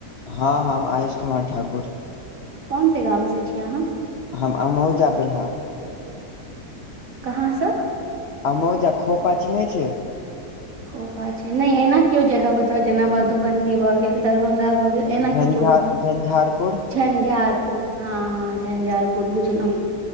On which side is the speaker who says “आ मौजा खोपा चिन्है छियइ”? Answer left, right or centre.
Left